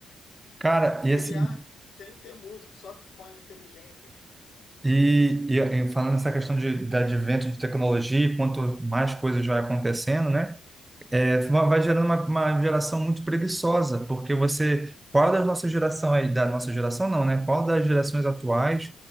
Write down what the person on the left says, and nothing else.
criar
sem ter músico, só com a inteligência.